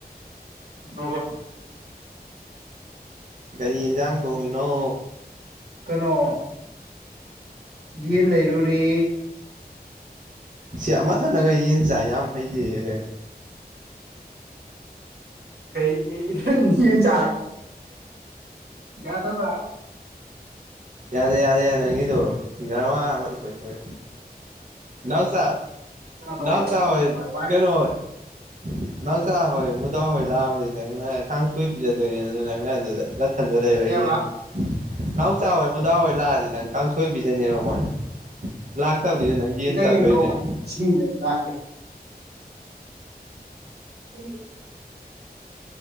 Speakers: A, on the right; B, on the right.
A: ꯍꯕ
B: ꯒꯥꯔꯤ ꯌꯦꯟꯁꯥꯡ ꯊꯣꯡꯉꯤꯅꯣ
A: ꯀꯩꯅꯣ ꯌꯦꯟ ꯂꯩꯔꯨꯔꯦ
B: ꯁꯤ ꯑꯃꯊꯗꯒ ꯌꯦꯟ ꯆꯥꯏ ꯌꯥꯝ ꯍꯩꯖꯩꯕ
A: ꯀꯩ ꯏ ꯆꯥ ꯌꯥꯗꯕ
B: ꯌꯥꯔꯦ ꯌꯥꯔꯦ ꯅꯪꯗꯨ ꯏꯖꯔꯃ ꯃꯩꯁꯨꯣꯣꯏꯁꯨꯦ ꯅꯜꯁꯥ ꯅꯎꯁꯥ
A: ꯇꯧꯒꯦ ꯇꯧꯔꯝ
B: ꯍꯣꯏ
A: ꯋꯥꯏ
B: ꯀꯩꯅꯣ ꯑꯣꯏꯣꯏ ꯅꯎꯁꯥ ꯍꯣꯏ ꯃꯨꯗꯥ ꯍꯣꯏ ꯂꯥꯛꯑꯃꯅꯤ ꯅꯪꯅ ꯀꯥꯡꯁꯨꯣꯏ ꯄꯤꯖꯗꯣꯏꯅꯤ ꯅ ꯑꯗꯨꯗ ꯂꯩꯕ
A: ꯀꯩꯕ
B: ꯏ ꯌꯦꯁ ꯅꯥꯍꯎꯆꯥꯥ ꯍꯣꯏ ꯃꯨꯗꯥ ꯍꯣꯏ ꯂꯥꯛꯑꯗꯤ ꯅꯪ ꯀꯥꯡꯁꯣꯏꯕꯤꯖꯅꯦꯕ ꯃꯣꯏ ꯂꯥꯛꯇꯕꯅꯤꯅ ꯅꯪ ꯌꯦꯟ
A: ꯖꯒꯦ
B: ꯆꯥꯊꯣꯛꯏꯅꯦ
A: ꯉꯧ ꯃ ꯁꯤꯡꯅꯦꯅꯥ <unintelligible>